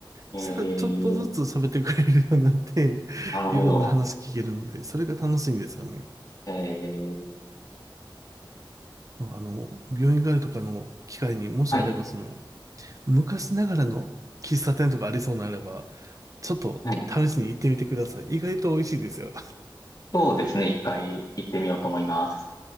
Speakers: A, on the left (about 50°); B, on the right (about 40°).
A: ーえー、
B: そしたらちょっとずつ喋ってくれるようになって、
A: なるほど。
B: いろんな話聞けるので、それが楽しいんですよね。
A: えー、
B: まああの、病院帰りとかの機会にもしあれば、
A: はい、
B: その、昔ながらの喫茶店とかありそうならば、ちょっと試しに行ってみてください。
A: はい。
B: 意外と美味しいですよ。
A: そうですね。一回行ってみようと思います。